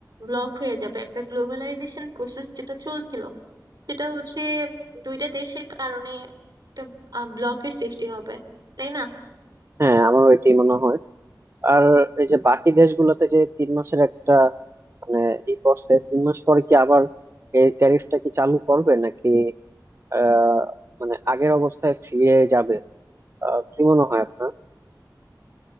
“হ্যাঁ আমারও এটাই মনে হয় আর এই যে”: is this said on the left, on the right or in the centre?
Right